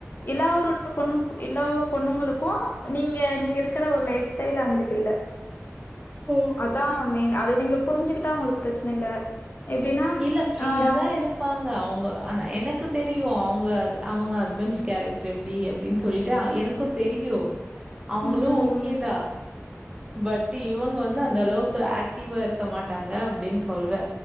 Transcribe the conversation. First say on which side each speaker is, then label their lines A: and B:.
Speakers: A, on the left; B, on the right.
A: எல்லாரூ பொண்ணுங் எல்லா பொண்ணுங்களுக்கூ நீங்க நீங்க இருக்கிற ஒரு லைஃப் ஸ்டைல் அவங்களுக்கு இல்ல
B: ஹூங்
A: அதா மெயின் அத நீங்க புரிஞ்சுகிட்டா உங்களுக்கு பிரச்சன இல்ல எப்படின்னாப்
B: இல்ல ஃப்ரீயா
A: ஆஹ்
B: தான் இருப்பாங்க அவங்க ஆனா எனக்கூ தெரியூ அவூங்க அவங்க ஹஸ்பண்ட்ஸ் கேரக்டர் எப்டி அப்டின்னு சொல்லிட்டு எனக் குத் தெரியூ அவங்களூ
A: உம் உம்
B: ஓகே தா பட் இவங்க வந்து அந்த அளவுக்கு ஆக்டிவா இருக்க மாட்டாங்க அப்டின்னு சொல்றோ